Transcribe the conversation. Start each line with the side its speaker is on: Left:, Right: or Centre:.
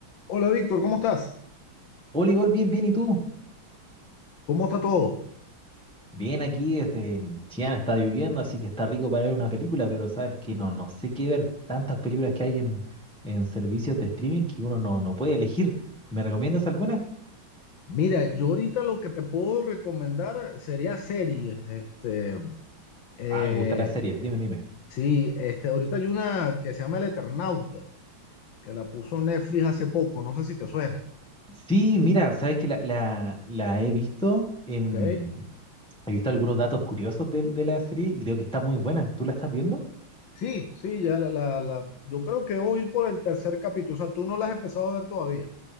Left: Hola Víctor, ¿cómo estás?
Centre: Hola Igor, bien, bien, ¿y tú?
Left: ¿Cómo está todo?
Centre: Bien, aquí este, en Chillán está lloviendo, así que está rico para ver una película, pero sabes que no, no sé qué ver. Tantas películas que hay en, en servicios de streaming que uno no, no puede elegir. ¿Me recomiendas alguna?
Left: Mira, yo ahorita lo que te puedo recomendar sería series. Este, eh,
Centre: Ah, me gusta la serie, dime, dime.
Left: sí, este, ahorita hay una que se llama El Eternauta, que la puso Netflix hace poco, no sé si te suena.
Centre: Sí, mira, sabes que la, la, la he visto en...
Left: ¿Ok?
Centre: He visto algunos datos curiosos de, de la serie y creo que está muy buena. ¿Tú la estás viendo?
Left: Sí, sí, ya la, la, la- yo creo que voy a ir por el tercer capítulo, o sea, tú no la has empezado a ver todavía.